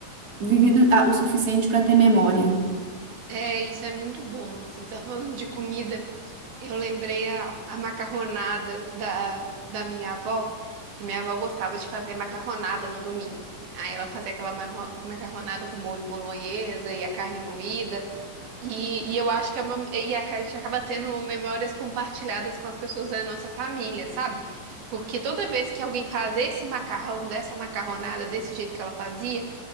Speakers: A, on the right (about 25°); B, on the right (about 85°).
A: vivido ah, o suficiente pra ter memória.
B: É, isso é muito bom, assim, <laughs> só falando de comida, eu lembrei a, a macarronada da, da minha avó, que minha avó gostava de fazer macarronada no domingo. Aí ela fazia aquela marro- macarronada com molho bolonhesa e a carne moída, e, e eu acho que é uma, e a, a gente acaba tendo memórias compartilhadas com as pessoas da nossa família, sabe? Porque toda vez que alguém faz esse macarrão, dessa macarronada, desse jeito que ela fazia,